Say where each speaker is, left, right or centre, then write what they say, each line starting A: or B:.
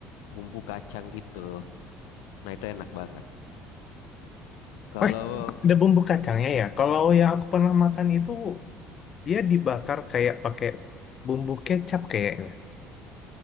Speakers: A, on the left; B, on the left.
A: bumbu kacang gitu. Nah, itu enak banget. Kalau
B: Wah, ada bumbu kacangnya ya. Kalau yang aku pernah makan itu dia dibakar kayak pakai bumbu kecap kayaknya.